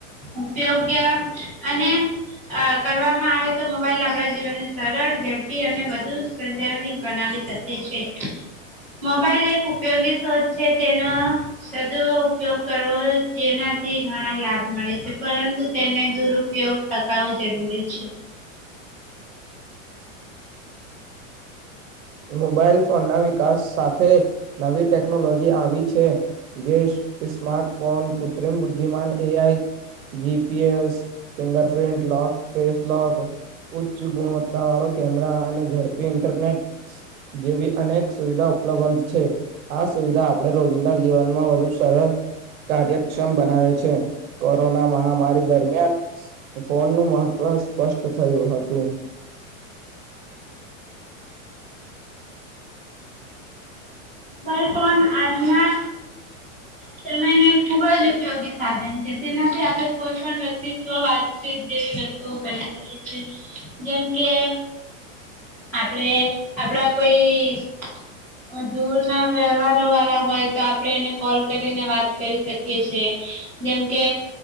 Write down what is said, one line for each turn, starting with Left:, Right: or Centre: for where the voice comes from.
Centre: ઉપયોગ્ય અને અ કરવામાં આવે તો મોબાઈલ આપણા જીવનની સરળ અને વધુ સજન બનાવી શકે છે મોબાઈલ એક ઉપયોગી શોધ છે તેનો સદુ ઉપયોગ કરવો જેના થી ઘણા લાભ મળે છે પરંતુ તેને દુરુપયોગ ટકાવો જરૂરી છે
Right: મોબાઈલ ફોન ના વિકાસ સાથે નવી ટેકનોલોજી આવી છે જે સ્માર્્ટ ફોન કૃત્રિમ બુદ્ધિમાન એ આઈ GPS finger print lock face lock ઉચ્ચ ગુણવત્તા વાળો કેમેરા અને ઝડપી ઇન્ટરનેટ
Centre: હ
Right: જેવી અનેક સુવિધા ઉપલબ્ધ છે આ સુવિધા આપણે રોજિંદા જીવનમાં વધુ સરળ કાર્યક્ષમ બનાવે છે કોરોના મહામારી દરમિયાન ફોનનુંું મહત્વ સ્પષ્ટ થયું હતું
Centre: મોબાઈલ ફોન આજના સમય ન ખુબ જ ઉપયોગી સાધન છે તેનાથી આપડે કોઈ પણ વ્યક્તિ સ્ વાત છેી જે વસ્તુઓ કરી શકે છે જેમ કે આપડે આપડા કોઈ દૂર ના વ્યવહાર વાળા હોય તો આપડે એને કોલ કરીને વાત કરી શકીએ છેએ જેમકે